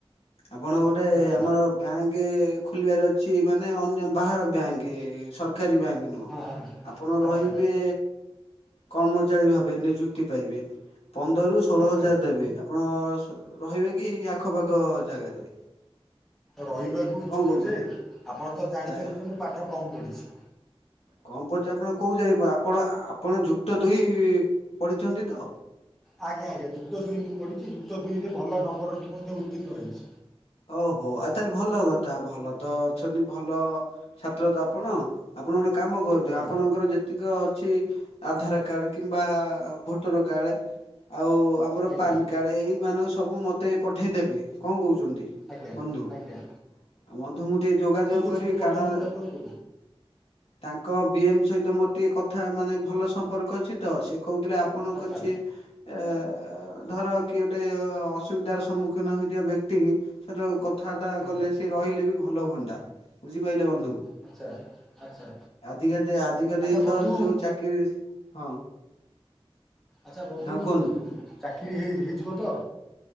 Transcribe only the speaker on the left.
ଆପଣ ଗୋଟେ
ଆମର ବ୍ୟାଙ୍କ ଖୋଲିବାର ଅଛି ମାନେ ଅନ୍ୟ ବାହାର ବ୍ୟାଙ୍କ ସରକାରୀ ବ୍ୟାଙ୍କ। ନୁହ
ଆପଣ ରହିବେ
କର୍ମଚାରୀ ଭାବେ ନିଯୁକ୍ତି ପାଇବେ। ପନ୍ଦରରୁ ଷୋହଳ
ହଜାର ଦେବେ ଆପଣ ରହିବେ କି ଆଖପାଖ ଜାଗାରେ?
କଣ କହୁଛନ୍ତି?
ଆ
କଣ ପୁଛି ଆପଣ କଉ ଯାଇବେ ଆପଣ ଆପଣ ଯୁକ୍ତ ଦୁଇ ପଢ଼ିଛନ୍ତି ତ?
ଓହୋ ଆଉ ତାହେଲେ ଭଲ କଥା ଭଲ ତ ଅଛନ୍ତି ଭଲ ଛାତ୍ର ତ ଆପଣ। ଆପଣମାନେ କାମ କରନ୍ତୁ
ଆପଣଙ୍କର ଯେତିକି ଅଛି ଆଧାର କାର୍ଡ କିମ୍ବା ଭୋଟର କାର୍ଡ ଆଉ ଆଙ୍କର
ପାନ୍ କାର୍ଡ଼ ଏଇମାନ ସବୁ ମୋତେ ପଠାଇଦେବେ କଣ କହୁଛନ୍ତି?
ବନ୍ଧୁ
ଆଉ ବନ୍ଧୁ ମୁ ଟିକିେ ଯୋଗାଯୋଗ
କରି
କାରଣ
ତାଙ୍କ ବି ଏମ୍ ସହିତ ମୋର ଟିକେ କଥା ମାନେ ଭଲ ସମ୍ପର୍କ ଅଛି ତ ସେ କହୁଥିଲେ ଆପଣଙ୍କଛି।
ଏ ଧର କି ଗୋଟେ ଅସୁବିଧାର ସମ୍ମୁଖୀନ ହେଇଥିବା ବ୍ୟକ୍ତି କି ସେଟ କଥାଟା
କଲେ ସି ରହିଲେ ବି ଭଲ ହୁଅନ୍ତା ବୁଝିପାରିଲେ ବନ୍ଧୁ।
ଆଜିକାଲି ଆଜିକାଲି
ତ ଯୋଉ ଚାକିରି ହଁ।
ହଁ କୁହନ୍ତୁ।